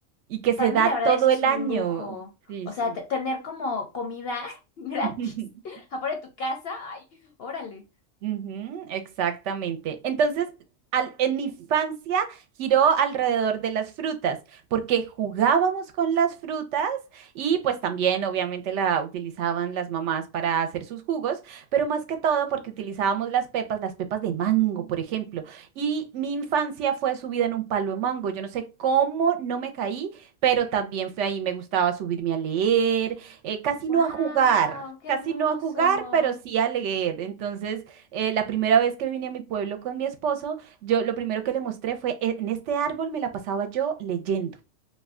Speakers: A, on the right (about 70°); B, on the left (about 60°).
A: y que se
B: para
A: da
B: mí la verdad
A: todo
B: eso es
A: el
B: un
A: año.
B: lujo.
A: Sí,
B: O
A: sí.
B: sea, te- tener como comida <laughs> gratis
A: <laughs>
B: afuera de tu casa, ay, órale.
A: Ujú, exactamente. Entonces, al- en mi infancia giró alrededor de las frutas, porque jugábamos con las frutas y pues también obviamente la utilizaban las mamás para hacer sus jugos, pero más que todo porque utilizábamos las pepas, las pepas de mango, por ejemplo. Y mi infancia fue subida en un palo de mango. Yo no sé cómo no me caí, pero también fue ahí, me gustaba subirme a leer, eh, casi
B: Wow,
A: no a jugar.
B: qué
A: Casi
B: hermoso.
A: no a jugar, pero sí a leer. Entonces, eh, la primera vez que vine a mi pueblo con mi esposo, yo lo primero que le mostré fue, "E- en este árbol me la pasaba yo leyendo.